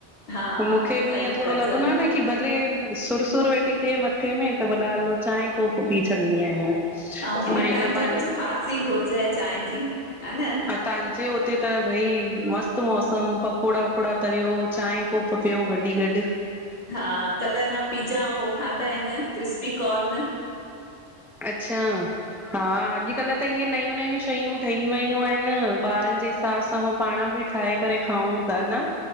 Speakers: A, on the left (about 55°); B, in the centre.
A: हा
B: मूंखे बि
A: सही
B: इंअ थोरो
A: था
B: लॻंदो
A: चओ
B: आ न कि कि भले, सुरु- सुरु वेठी थीए मथे में, त भला हलो चांहिं कोप पी छॾींदी आहियां। म
A: ऐं हिन टाइम
B: इन
A: त
B: बहाने,
A: कुझु ख़ासि ई घुरिजे चांहि जी हा न
B: पर तांजे ओ <unintelligible> उते त भई, मस्त मौसमु, पकोड़ा- वकोड़ा तरियो, चांहि कोप पियो गॾी गॾ
A: हा, कल अञा पिज़ा अउं ठादा आहिनि क्रिस्पी कॉर्न।
B: अच्छा, हा अॼकल्ह त इहे नयूं- नयूं शयूं ठही वयूं आहिन ॿारनि जे हिसाब सां, पोइ पाण बि ठाहे करे खाऊं था न,